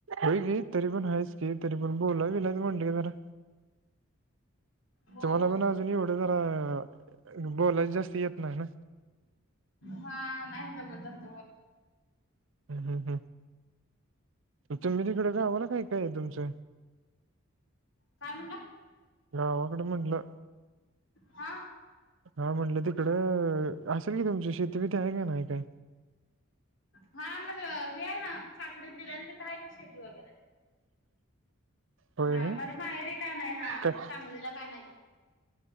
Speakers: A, on the right; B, on the left.
A: होय की तरी पण हायच की तरी पण बोलाय बीलायच म्हटलं की जरा <inaudible>
B: हो
A: तुम्हाला
B: हो
A: पण अजून एवढं जरा बोलाय जास्ती येत नाही ना
B: हा नाही जमत जास्ती
A: हू हू हू तुम्ही तिकडे गावाला काय काय हाय तुमचं
B: काय म्हणला
A: गावाकड म्हणलं
B: हा
A: हा म्हटलं तिकडं असल की तुमची शेती बीती हाय का नाही काय
B: हा मग हे आहे ना साखरीत दिल्याल तिथं हाय की शेती वगैरे
A: होय
B: हा
A: काय
B: मला माहेरी काय नाही हा
A: काय
B: सागलीला काय नाही